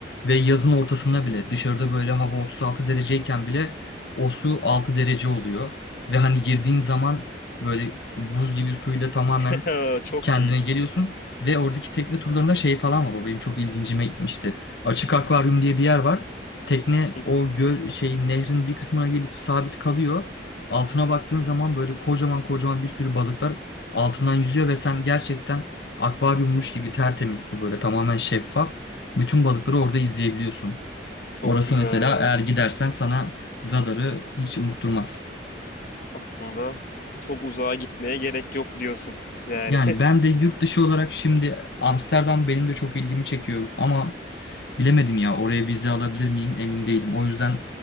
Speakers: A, on the left; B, on the left.
A: Ve yazın ortasında bile dışarıda böyle hava 36 dereceyken bile o su 6 derece oluyor. Ve hani girdiğin zaman böyle buz gibi suyla tamamen
B: <laughs> Çok
A: kendine
B: iyi.
A: geliyorsun. Ve oradaki tekne turlarında şey falan var. O benim çok ilgincime gitmişti. Açık akvaryum diye bir yer var. Tekne
B: Hı
A: o
B: hı.
A: göl şeyin nehrin bir kısmına gelip sabit kalıyor. Altına baktığın zaman böyle kocaman kocaman bir sürü balıklar altından yüzüyor ve sen gerçekten akvaryummuş gibi tertemiz su böyle tamamen şeffaf. Bütün balıkları orada izleyebiliyorsun.
B: Çok
A: Orası
B: güzel.
A: mesela eğer gidersen sana Zadar'ı hiç unutturmaz.
B: Aslında çok uzağa gitmeye gerek yok diyorsun. Yani
A: Yani ben de yurt dışı olarak şimdi Amsterdam benim de çok ilgimi çekiyor ama bilemedim ya oraya vize alabilir miyim emin değilim. O yüzden